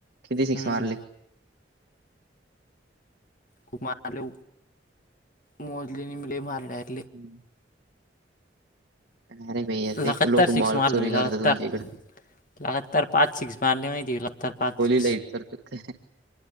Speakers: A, on the right; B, on the left.
A: किती सिक्स
B: हम्म.
A: मारले?
B: खूप मारल ओ मोजलीनी लय मारलय.
A: हम्म. अरे भैया
B: लगातर
A: एक तर लोक
B: सिक्स
A: बॉल
B: मारलं
A: चोरी
B: मी,
A: करतात
B: लगातार.
A: तुमच्या इकडे
B: लगातार पाच सिक्स मारले माहितीये का, लगातार पाच सिक
A: लेट करत्यात काय?